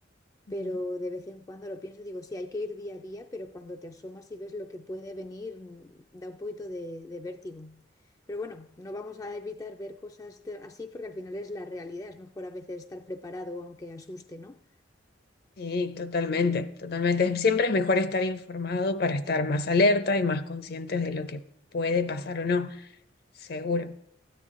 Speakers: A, on the left; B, on the left.
A: ujú.
B: pero de vez en cuando lo pienso, digo, sí, hay que ir día a día, pero cuando te asomas y ves lo que puede venir, mm, da un poquito de, de vértigo. Pero bueno, no vamos a evitar ver cosas de- así porque al final es la realidad, es mejor a veces estar preparado aunque asuste, ¿no?
A: Sí, totalmente, totalmente. Siempre es mejor estar informado para estar más alerta y más conscientes de lo que puede pasar o no. seguro.